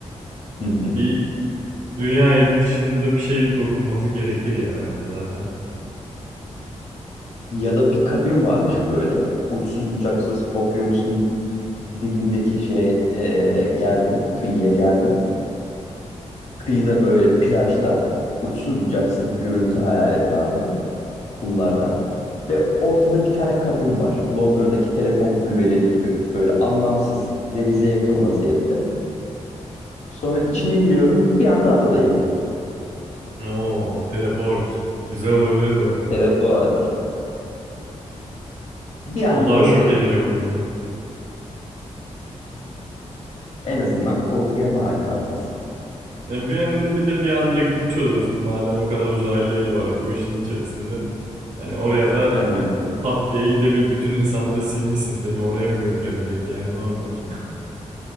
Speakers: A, on the left; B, on the right.
A: Hı hı.
B: bir dünya elin dışında bir şey dokunması gerekir ya bence zaten.
A: Ya da bir kabin varmış böyle. Uçsuz bucaksız okyanusun dibindeki şey e, geldim. Kıyıya geldim. Kıyıda böyle plajda uçsuz bucaksız bir görüntü hayal et abi. kumlardan. Ve ortada bir tane kabin var. Londra'daki telefon kulübeleri gibi. Böyle anlamsız, denize yakın vaziyette. Sonra içine giriyorum, bir anda adadayım.
B: Oo, teleport. Güzel olabilirdi bak.
A: Teleport. Bir anda
B: O daha
A: oradayım.
B: şok edici olurdu.
A: En azından korkuya mahal kalmaz.
B: Ne bir anda bir de bir anda gitmiş oluyorsun madem o kadar uzaylı eli var bu işin içerisinde. Hani oraya da
A: Hı hı.
B: pat diye gidebil bütün insanları silmişsin seni oraya mı götüremeyecek yani normal. <laughs>